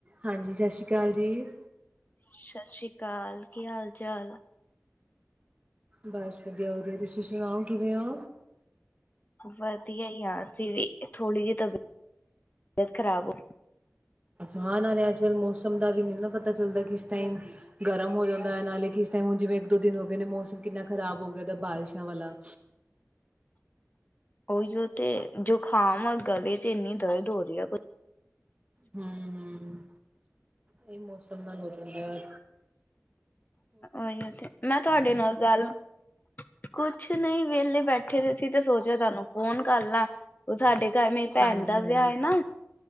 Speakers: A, on the right; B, on the left.
A: ਹਾਂਜੀ, ਸ਼ਸੀ ਕਾਲ ਜੀ।
B: ਸ਼ਸਰੀ ਕਾਲ ਕੀ ਹਾਲ-ਚਾਲ
A: ਬਸ ਵਦੀਆ-ਵਦੀਆ ਤੁਸੀਂ ਸੁਨਾਓ ਕਿਵੇਂ ਓ।
B: ਵਦੀਆ ਈ ਆਂ ਅਸੀ ਵੀ ਥੋੜੀ ਜੀ ਤਬੀ ਬੀਅਤ ਖਰਾਬ ਹੋ
A: ਹਾਂ ਨਾਲੇ ਅੱਜ-ਕੱਲ ਮੋਸਮ ਦਾ ਵੀ ਨਈ ਨਾ ਪਤਾ ਚੱਲਦਾ ਕਿਸ ਟਾਈਮ ਗਰਮ ਹੋ ਜਾਂਦਾ ਐ ਨਾਲੇ ਕਿਸ ਟੈਮ ਹੁਨ ਜਿਵੇਂ ਇੱਕ ਦੋ ਦਿਨ ਹੋ ਗਏ ਨੇ ਮੌਸਮ ਕਿੰਨਾ ਖਰਾਬ ਹੋ ਗੇਆ ਦਾ ਬਾਰਿਸ਼ਾਂ ਵਾਲਾ।
B: ਓਈਓ ਤੇ ਜੁਕਾਮ ਆ ਗਲੇ ਚ ਇੰਨੀ ਦਰਦ ਹੋ ਰਈ ਆ ਕੁ
A: ਹੂੰ-ਹੂੰ, ਏ ਮੌਸਮ ਨਾਲ ਹੋ ਜਾਂਦਾ ਆ।
B: ਓਈਓ ਤੇ, ਮੈਂ ਤੁਆਡੇ ਨਾਲ ਗੱਲ ਕੁਛ ਨਈ ਵੇਲੇ ਬੈਠੇ ਦੇ ਸੀ ਤੇ ਸੋਚਿਆ ਤਾਨੂੰ ਫੋਨ ਕਰ ਲਾਂ ਓ ਸਾਡੇ ਕਰ ਮੇਰੀ ਭੈਣ
A: ਹਾਂਜੀ
B: ਦਾ
A: ਹਾਂਜੀ
B: ਵਿਆਹ ਹੈ ਨਾ